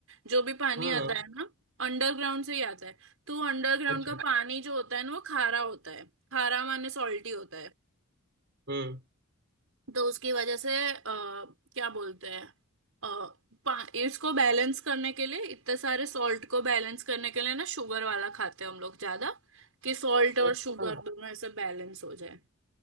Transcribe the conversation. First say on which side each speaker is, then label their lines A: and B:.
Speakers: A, on the right; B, on the right.
A: जो भी पानी
B: हाँ हाँ,
A: आता है ना अंडरग्राउंड से ही आता है तो अंडरग्राउंड
B: अच्छा
A: का पानी जो होता है ना वो खारा होता है खारा माने सॉल्टी होता है
B: हम्म
A: तो उसकी वजह से आ, क्या बोलते हैं अ, पा- इसको बैलेंस करने के लिए इतने सारे सॉल्ट को बैलेंस करने के लिए ना शुगर वाला खाते हैं हम लोग ज्यादा कि सॉल्ट और
B: अच्छा
A: शुगर दोनों ऐसे बैलेंस हो जाए